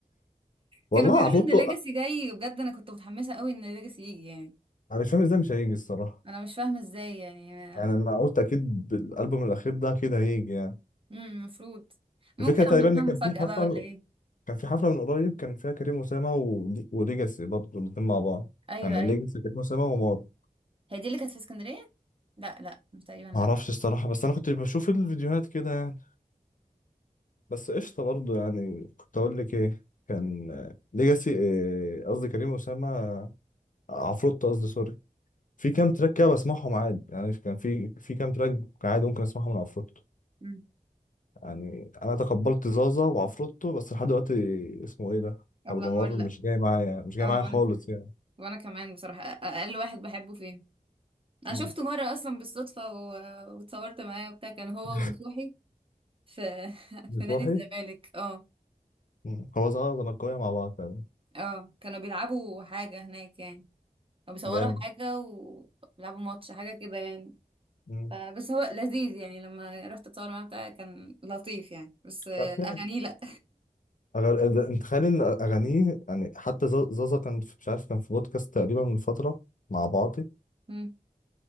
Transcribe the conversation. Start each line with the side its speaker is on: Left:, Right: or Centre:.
Left: والله
Right: كانوا بيقولوا
Left: عفروتو
Right: ان ليجاسي جاي بجد انا كنت متحمسة قوي ان ليجاسي يجي يعني
Left: انا مش فاهم ازاي مش هيجي الصراحه
Right: انا مش فاهمة ازاي يعني
Left: يعني انا قلت اكيد بالالبوم الاخير ده اكيد هيجي يعني
Right: امم المفروض ممكن
Left: الفكره تقريبا
Right: عاملينها
Left: ان كان
Right: مفاجأة
Left: في حفله
Right: بقى ولا ايه
Left: كان في حفلة من قريب كان فيها كريم أسامة ولي- وليجاسي برضه الاتنين مع بعض
Right: ايوه
Left: يعني
Right: ايوه
Left: ليجاسي كريم أسامة ومار
Right: هي دي اللي كانت في اسكندرية لا لا مش تقريبا لا
Left: معرفش الصراحة بس أنا كنت بشوف الفيديوهات كده يعني بس قشطة برضه يعني كنت أقول لك إيه كان آه، ليجاسي آه، قصدي كريم أسامة آه، عفروتو قصدي سوري في كام تراك كده بسمعهم عادي يعني كان في في كام تراك عادي ممكن أسمعهم من عفروتو
Right: امم
Left: يعني أنا تقبلت زازا وعفروتو بس لحد دلوقتي اسمه إيه ده؟
Right: ابو
Left: أبو
Right: الانوار
Left: نور
Right: لا
Left: مش جاي معايا مش جاي
Right: اه
Left: معايا
Right: وانا
Left: خالص
Right: كمان
Left: يعني
Right: وانا كمان بصراحه أ- اقل واحد بحبه فيه انا
Left: مم.
Right: شفته مره اصلا بالصدفه و... واتصورت معاه وبتاع كان هو
Left: <laughs>
Right: ونصوحي في <laughs>
Left: بتروحي
Right: في نادي الزمالك اه
Left: مم. هو زمان زملكاوية مع بعض فعلا
Right: اه كانوا بيلعبوا حاجه هناك يعني او بيصوروا
Left: جامد
Right: حاجه وبيلعبوا ماتش حاجه كده يعني
Left: مم.
Right: ف... بس هو لذيذ يعني لما رحت اتصور معاه بتاع كان لطيف يعني بس آه،
Left: طب
Right: اغانيه
Left: جامد
Right: لا
Left: أغل... إذا- انت تخيل ان اغانيه يعني حتى ز- زازا كان في مش عارف كان في بودكاست تقريبا من فترة مع بعاطي
Right: <laughs> مم.